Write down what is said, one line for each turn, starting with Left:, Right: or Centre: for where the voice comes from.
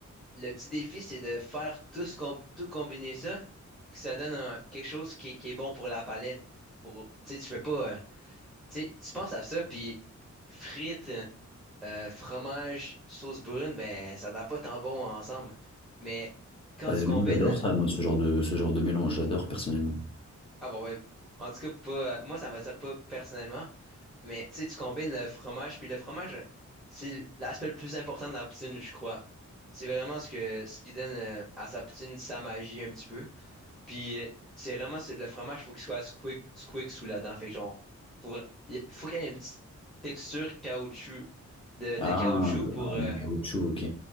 Centre: le petit défi, c'est de faire tout, ce comb- tout combiner ça, que ça donne un- quelque chose qui, est qui est bon pour la palette. Pour, tu sais, tu fais pas, euh, tu sais, tu penses à ça, puis frites, euh, fromage, sauce brune, ben, ça n'a pas tant bon ensemble. Mais quand
Left: Bah,
Centre: tu combines
Left: moi, j'adore ça, moi, ce genre de, ce genre de mélange. J'adore personnellement.
Centre: Ah bon, ouais. En tout cas, pas, euh, moi, ça m'attire pas personnellement. Mais tu sais, tu combines le fromage. Puis le fromage, euh, c'est l'aspect le plus important de la poutine, je crois. C'est vraiment ce que ce qui donne euh, à sa poutine sa magie un petit peu. Puis euh, c'est vraiment c'est- le fromage, faut qu'il soit squick, squick sous la dent. Fait que genre, faut, vra- il faut qu'il y ait une petite texture caoutchouc de,
Left: Ah,
Centre: de caoutchouc pour, euh,
Left: de caoutchouc, ok.